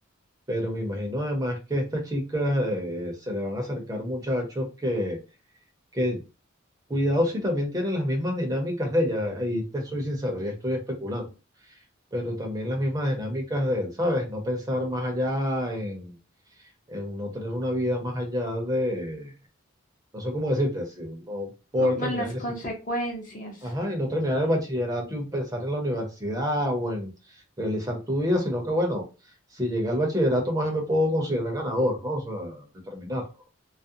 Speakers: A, on the right; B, on the left.
A: pero me imagino además que a estas chicas eh, se le van a acercar muchachos que, que, cuidado si también tienen las mismas dinámicas de ellas, ahí te soy sincero, ya estoy especulando, pero también las mismas dinámicas de, ¿sabes? No pensar más allá en, en no tener una vida más allá de, no sé cómo decirte, así, no poder
B: como
A: terminar
B: en las
A: ni
B: consecuencias.
A: siquiera Ajá, y no terminar el bachillerato y pensar en la universidad o en realizar tu vida, sino que bueno, si llegué al bachillerato, más bien me puedo considerar ganador, ¿no? O sea, de terminarlo.